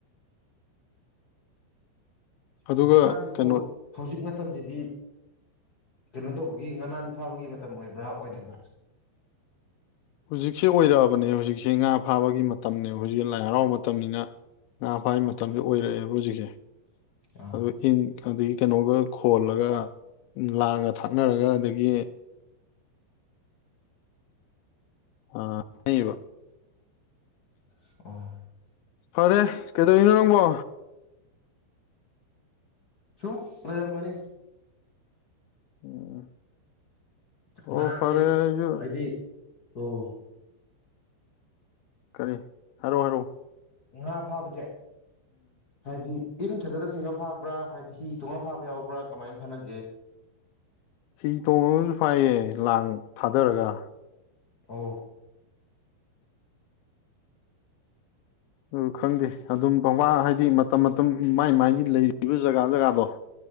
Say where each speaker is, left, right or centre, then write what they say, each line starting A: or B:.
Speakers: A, on the left; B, on the left.
A: ꯑꯗꯨꯒ
B: ꯍꯧꯖꯤꯛꯀꯥꯟꯁꯤꯕꯨ
A: ꯀꯩꯅꯣ
B: ꯍꯧꯖꯤꯛ ꯃꯇꯝꯁꯤ ꯗꯤ ꯀꯩꯅꯣ ꯇꯧꯕꯒꯤ ꯉꯅꯥꯟ ꯐꯥꯕꯒꯤ ꯃꯇꯝ ꯑꯣꯏꯕ꯭ꯔꯥ ꯑꯣꯏꯗꯕ꯭ꯔꯥ
A: ꯍꯧꯖꯤꯛꯁꯦ ꯑꯣꯏꯔꯛꯑꯕꯅꯦ ꯍꯧꯖꯤꯛꯁꯦ ꯉꯥ ꯐꯥꯕꯒꯤ ꯃꯇꯝꯅꯦ ꯍꯧꯖꯤꯛꯁꯦ ꯂꯥꯏ ꯍꯔꯥꯎꯕ ꯃꯇꯝꯅꯤꯅ ꯉꯥ ꯐꯥꯕ ꯃꯇꯝꯁꯦ ꯑꯣꯏꯔꯛꯑꯦꯕ ꯍꯧꯖꯤꯛꯁꯦ
B: ꯑꯥ
A: ꯑ ꯏ ꯈꯥꯗꯤꯟ ꯀꯩꯅꯣꯒ ꯈꯣꯜꯂꯒ ꯂꯥꯡꯒ ꯊꯥꯛꯅꯔꯒ ꯑꯗꯒꯤ ꯑ ꯑꯅꯩꯕ
B: ꯑ
A: ꯐꯔꯦ ꯀꯩꯗꯧꯔꯤꯅꯣ ꯅꯪꯕꯣ
B: ꯁꯨꯛ ꯂꯩꯔꯝꯕꯅꯤ
A: ꯎꯝ <inaudible> ꯑꯣ
B: ꯉꯥꯖꯦ
A: ꯐꯔꯦ ꯑꯩꯁꯨ
B: ꯍꯥꯏꯗꯤ ꯑꯣ
A: ꯀꯔꯤ ꯍꯥꯏꯔꯣ ꯍꯥꯏꯔꯣ
B: ꯉꯥ ꯐꯕꯥꯖꯦ ꯍꯥꯏꯗꯤ ꯏꯟ ꯈꯛꯇꯗ ꯆꯤꯡꯉ ꯐꯥꯕ꯭ꯔꯥ ꯍꯥꯏꯗꯤ ꯍꯤ ꯇꯣꯡꯉ ꯐꯥꯕ ꯌꯥꯎꯕ꯭ꯔꯥ ꯀꯃꯥꯏꯅ ꯐꯅꯒꯦ
A: ꯍꯤ ꯇꯣꯡꯉꯒꯁꯨ ꯐꯥꯏꯌꯦ ꯂꯥꯡ ꯊꯥꯗꯔꯒ
B: ꯑꯣ
A: ꯎ ꯈꯪꯗꯦ ꯑꯗꯨꯝ ꯋꯥ ꯍꯥꯏꯗꯤ ꯃꯇꯝ ꯃꯇꯝ ꯃꯥꯏ ꯃꯥꯏꯒꯤ ꯂꯩꯔꯤꯕ ꯖꯒꯥ ꯖꯒꯥꯗꯣ